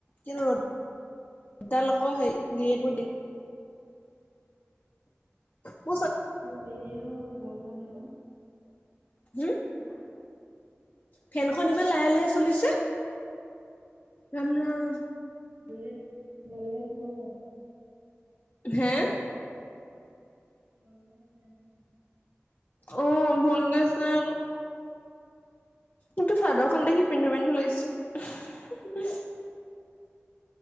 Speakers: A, on the left; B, on the right.
A: কিন্তু ৰ ৰদাল আকৌ সেই দিয়ে পদি। <inaudible>
B: দিলে
A: হুম।
B: হা
A: ফেনখন ইমান লাহে লাহে চলিছে, ৰাম ৰাম।
B: <inaudible>
A: হেঁ।
B: ভাল নে ঘৰত?
A: অ' ভলদেছ নাই আক'। কিন্ত চাদৰখন দেখি পিন্ধো-পিন্ধো লাগিছো।